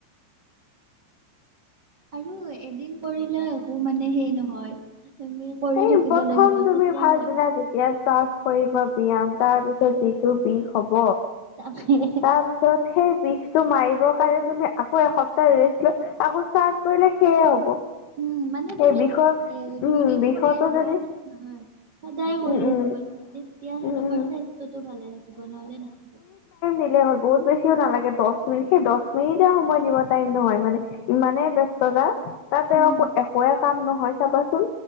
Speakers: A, on the right; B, on the left.
A: আৰু এদিন কৰিলে একো মানে সেই নহয় তুমি কৰি
B: এই
A: থাকিব
B: প্ৰথম
A: লাগিব
B: তুমি
A: তেতিয়াহে
B: ভালছিলা যেতিয়া চাৰ <unintelligible> কৰিব ব্যয়াম তাৰ পিছত যিটো বিষ হ'ব
A: তাকে
B: তাৰপিছত সেই বিষ তটো মাৰিবৰ কাৰণে তুমি আকৌ এসপ্তাহ ৰেষ্ট লৈ আকৌ ষ্টাৰ্ট কৰিলে সেয়ে হ'ব
A: উম মানে
B: সেই
A: তুমি
B: বিষয়
A: এ দুইদিন
B: উম বিষয়টো
A: কৰি
B: যদি
A: ৰামত নহয় সদায় কৰি
B: উম
A: আহিব
B: উম
A: লাগে তেতিয়াহে
B: উম
A: তোমাৰ
B: উম
A: স্বাস্থ্যটো ভালে থাকিব নহ'লে নাথাকিব
B: দিলে হ'ল বহুত বেছিও নালাগে দহ মিনিট সেই দহ মিনিটে সময় দিব টাইম নহয় মানে ইমানে ব্যস্ততা তা তেওঁ
A: উম
B: একোৱে কাম নহয় চাবাচোন